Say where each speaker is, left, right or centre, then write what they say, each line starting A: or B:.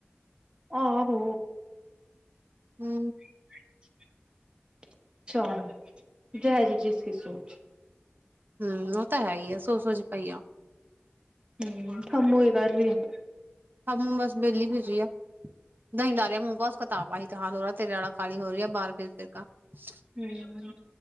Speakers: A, on the right; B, on the right.
A: ਆਹੋ।
B: ਹੂ
A: <unintelligible> ਚਲ, ਜੈਸੀ ਜਿਸ ਕੀ ਸੋਚ।
B: ਹੂ, ਉਹ ਤਾਂ ਹੈ ਹੀ ਐ, ਸੋਚ ਸੋਚ ਚ ਪਈ ਆ।
A: ਹਮ <unintelligible>
B: ਹੂੰ ਬਸ ਵਿਹਲੀ <unintelligible> ਆ। ਦਹੀਂ ਲ ਰਿਹਾ ਮੂੰਹ ਬਸ ਕਿਤਾਬ ਆਹੀ ਤੇ ਹਾਲ ਹੋ ਤੇਰੇ ਵਾਲਾ ਕਾਲੀ ਹੋ ਰਹੀ ਹੈ ਬਾਹਰ ਫਿਰ ਫਿਰ ਕਾ। <unintelligible>
A: ਹੂ,